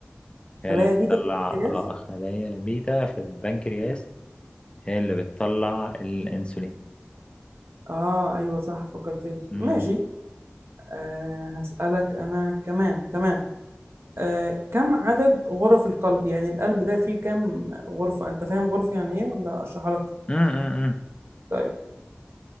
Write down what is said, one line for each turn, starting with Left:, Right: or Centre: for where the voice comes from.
Left: هي
Right: خلايا
Left: اللي بتطلع
Right: بيتا في البنكرياس
Left: آه، خلايا بيتا في البنكرياس هي اللي بتطلع الانسولين
Right: اه ايوه صح فكرت لي
Left: مهم.
Right: ماشي آه هسألك انا كمان تمام آه كم عدد غرف القلب يعني القلب ده فيه كم غرفة انت فاهم غرفة يعني ايه ولا اشرحها لك
Left: مم، مم، مم.
Right: طيب